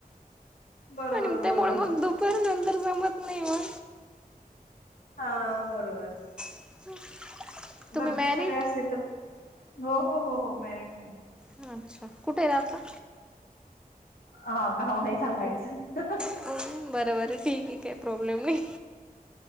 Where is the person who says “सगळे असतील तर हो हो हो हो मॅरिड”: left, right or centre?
Left